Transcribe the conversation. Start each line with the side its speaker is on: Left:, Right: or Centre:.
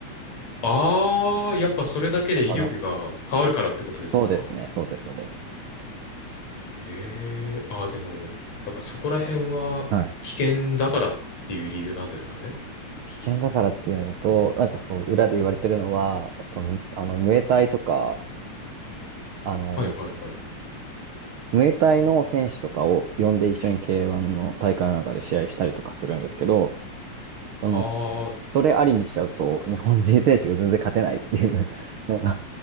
Left: ああ、やっぱそれだけで威力が変わるからってことですか
Right: だから、そうですね、そうです、そうです。
Left: ええー、ああ、でも、やっぱそこら辺は危険だからっていう理由なんですかね。
Right: はい。危険だからっていうのと、なんかこう、裏で言われてるのは、その、あの、ムエタイとか、あの、
Left: はいはいはい。
Right: ムエタイの選手とかを呼んで一緒に K1 の大会の中で試合したりとかするんですけど、その、
Left: ああ。
Right: ひそれありにしちゃうと、日本人選手が全然勝てないっていうのがあっ